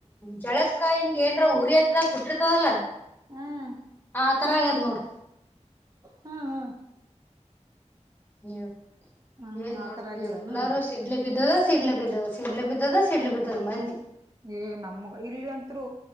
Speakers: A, on the left (about 15°); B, on the right (about 30°).
A: ಜಳಕಾಯಿ ಹಿಂಗ ಏನ್ರ ಉರಿ ಆಯ್ತದ ಸುಟ್ಟಿರ್ತದಲ್ಲ
B: ಹ್ಮ್
A: ಆ ತರ ಆಗ್ಯದ ನೋಡು.
B: ಹ್ಮ್ ಹ್ಮ್.
A: ನೀವು
B: ಹ್ಮ್
A: ಏನ್
B: ಆತರ
A: ಮಾಡ್ತೀ
B: ಆಗ್ಯದನು
A: ಎಲ್ಲಾರೂ ಸ್ ಸಿಡ್ಲ ಬಿದ್ದದ ಸಿಡ್ಲ ಬಿದ್ದದ ಸಿಡ್ಲ ಬಿದ್ದದ ಸಿಡ್ಲ ಬಿದ್ದದ ಮಂದಿ.
B: ಏ ನಮ್ಗ ಇಲ್ಲಿ ಅಂತ್ರು